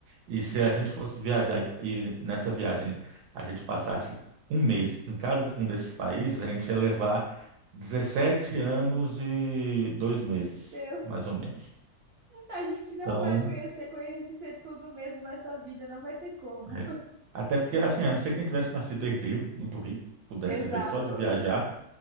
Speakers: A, on the right; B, on the right.
A: E se a gente fosse viajar e, e nessa viagem a gente passasse um mês em cada um desses países, a gente ia levar 17 anos e dois meses,
B: eu
A: mais ou menos.
B: A gente não
A: então
B: vai conhecer, conhecer tudo mesmo nessa vida, não vai ter como.
A: É. Até porque, assim, a não ser quem tivesse nascido herdeiro, muito rico, pudesse
B: <laughs> Exato.
A: viver só de viajar,